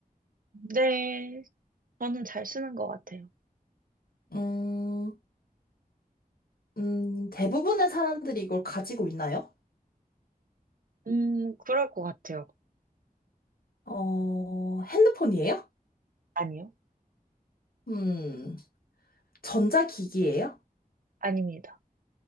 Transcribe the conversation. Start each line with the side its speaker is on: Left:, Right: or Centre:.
Right: 네, 저는 잘 쓰는 것 같아요.
Left: 음, 음, 대부분의 사람들이 이걸 가지고 있나요?
Right: 음, 그럴 것 같아요.
Left: 어, 핸드폰이에요?
Right: 아니요?
Left: 음, 전자기기예요?
Right: 아닙니다.